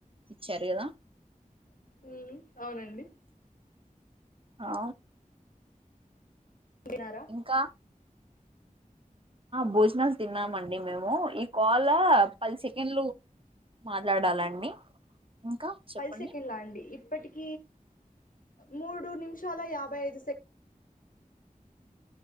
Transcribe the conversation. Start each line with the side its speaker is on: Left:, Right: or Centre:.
Right: ఇచ్చారు కదా
Left: ఉ అవునండి
Right: ఆ
Left: వినారా
Right: ఇంకా భోజనాలు తిన్నామండి మేము ఈ కాల్ పది సెకండ్లు మాట్లాడాలండి ఇంకా చెప్పండి
Left: పది సెకండ్లా అండి ఇప్పటిక మూడు నిమిషాల యాభై ఐదు సెక